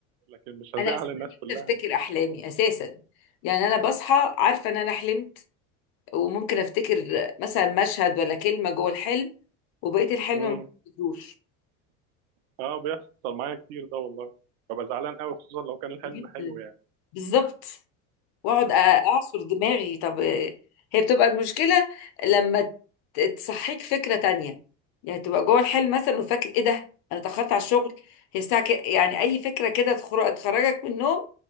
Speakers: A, on the right; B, on the left.
A: لكن مش هزعل
B: أنا أساسا
A: الناس
B: نفسي
A: كلها
B: أفتكر أحلامي أساسا يعني أنا بصحى عارفة إن أنا حلمت وممكن أفتكر مثلا مشهد ولا كلمة جوه الحلم وبقية الحلم
A: مم.
B: ما بفتكروش
A: اه بيحصل معايا كتير ده والله ببقى زعلان قوي خصوصا لو كان الحلم
B: جدا
A: حلو يعني
B: بالظبط واقعد أ- اعصر دماغي طب آه، هي بتبقى المشكله لما ت- تصحيك فكره تانية يعني تبقى جوه الحلم مثلا وفاكر ايه ده انا اتاخرت على الشغل هي الساعه ك... يعني اي فكره كده تخر- تخرجك من النوم